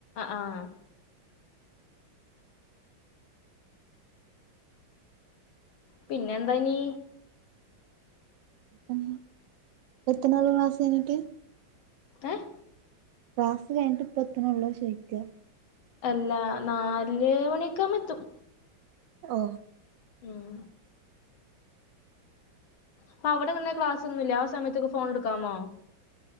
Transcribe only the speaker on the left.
ആഹ് പിന്നെന്താ ഇനി
ഏഹ്
അല്ലാ നാല് മണിക്കങ്ങ് എത്തും
ഉം അപ്പൊ അവിടങ്ങനെ ക്ലാസൊന്നുല്ല ആ സമയത്തൊക്ക ഫോൺ എടുക്കാമോ